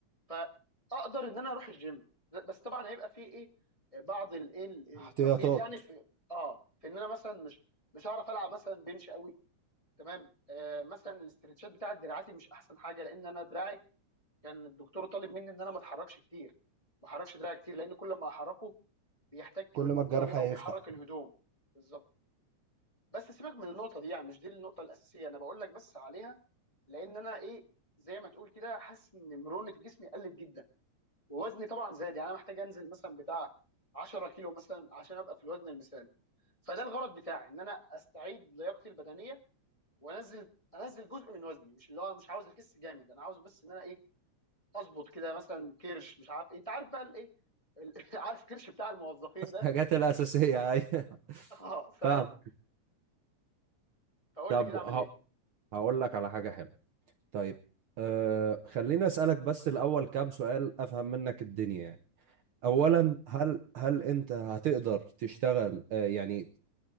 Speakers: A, on the left; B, on the right.
A: فاقدر ان انا اروح الجيم بس طبعا هيبقى فيه ايه بعض الايه التقييد
B: احتياطات
A: يعني في اه في ان انا مثلا مش مش هعرف العب مثلا بنش قوي تمام آه مثلا الاسترتشات بتاعت دراعاتي مش احسن حاجه لان انا دراعي كان الدكتور طالب مني ان انا ما اتحركش كتير ما احركش دراعي كتير لان كل ما احركه بيحتك
B: كل
A: بالمنطقه
B: ما الجرح
A: دي
B: هيفتح
A: او بيحرك الهدوم بالظبط بس سيبك من النقطه دي يعني مش دي النقطه الاساسيه انا بقول لك بس عليها لان انا ايه زي ما تقول كده حاسس ان مرونه جسمي قلت جدا ووزني طبعا زاد يعني انا محتاج انزل مثلا بتاع 10 كيلو مثلا عشان ابقى في الوزن المثالي فده الغرض بتاعي ان انا استعيد لياقتي البدنيه وانزل انزل جزء من وزني مش اللي هو مش عاوز اخس جامد انا عاوز بس ان انا ايه اظبط كده مثلا كرش مش عارف ايه انت عارف بقى الايه ال- <laughs> عارف كرش بتاع الموظفين ده
B: الحاجات الاساسيه ايوه
A: اه فاهم
B: فاهم
A: فقول
B: طب
A: لي كده
B: ه...
A: اعمل ايه
B: هقول لك على حاجه حلوه طيب أه... خليني اسالك بس الاول كام سؤال افهم منك الدنيا يعني اولا
A: تمام
B: هل هل انت هتقدر تشتغل أه يعني